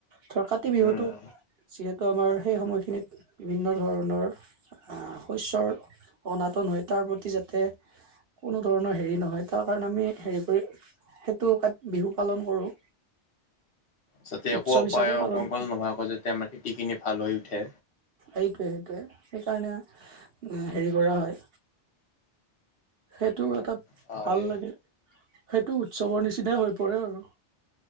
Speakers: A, on the right; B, on the left.
A: থৰ কাতি বিহুটো
B: উম
A: যিহেত- ত আমাৰ সেই সময়খিনিত বিভিন্ন ধৰণৰ শস্যৰ অনাতন হয় তাৰ প্ৰতি যাতে কোনো ধৰণৰ হেৰি নহয় তাৰ কাৰণে আমি হেৰি কৰি সেইটো <unintelligible> বিহু পালন কৰোঁ।
B: যাতে
A: উৎসৱ
B: একো অপায়
A: হিচাপে
B: অমংগল
A: পালন কৰোঁ।
B: নোহোৱা কৈ যাতে আমাৰ খেতি খিনি ভাল হৈ উঠে।
A: এইটোৱে সেইটোৱে সেইকাৰণে হেৰি কৰা হয় সেইটো এটা
B: হয়
A: ভাল লাগে। সেইটো উৎসৱৰ নিচিনাই হৈ পৰে আৰু,